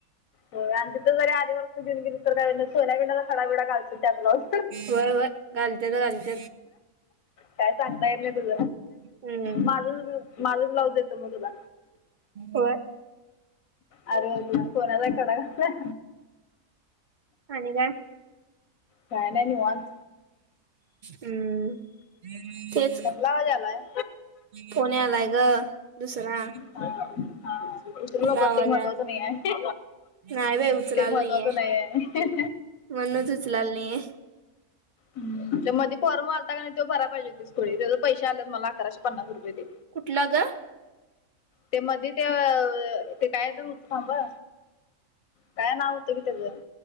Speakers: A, on the left; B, on the right.
A: हो आणि तथ जरी आध वर्ष जेऊनेली तर का सोन्या पिण्याचा खडा बिडा. त्या ब्लाऊज
B: वय व घालतच घालत.
A: काय सांगतायेत मी तुझ
B: हम्म
A: माझ माझ ब्लाउज येतो मग तुला.
B: होय
A: अर सोनला कड का.
B: आणि काय?
A: काय नाही निवांत.
B: हम्म तेच
A: लावालेलाय.
B: फोन यायला ग, दुसरा
A: हां हां उचलू
B: तुझा
A: नको
B: आवाज
A: ते महत्त्वाचं नाही आहे,
B: नाही बाई उचलाल
A: ते महत्वाचं
B: नाहीये
A: नाही आहे.
B: म्हणूनच उचलाली नायए.
A: ह, त्यो मध्ये फॉर्म आलता का नाय त्यो भराय पाहिजे खुळे, त्याचे पैसे आलेत मला अकराशे पन्नास रुपये ते.
B: कुठलं ग?
A: ते मध्ये ते अ, ते काय तर होत थांब अ काय नाव होतं की त्याचं?